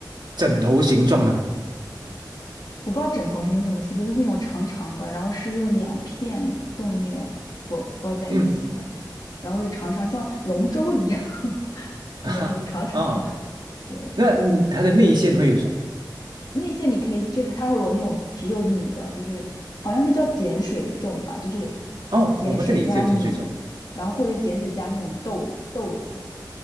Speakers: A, on the right; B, on the left.
A: 枕头形状的嘛？
B: 我不知道枕头是那什么形，就是那种长长的，然后是用两片粽叶裹包在一起的，
A: 嗯嗯
B: 然后是长长像龙舟一样，<laughs>
A: <laughs> 啊哦，
B: 只能说长长的，对。
A: 那嗯它的内馅会有什么？
B: 那些你可以，就是它会有那种只有米的，就是好像是叫碱水粽吧，就是
A: 哦，
B: 碱水加米，
A: 我们这里也是有碱水粽，
B: 然后或者碱水加那种豆豆子，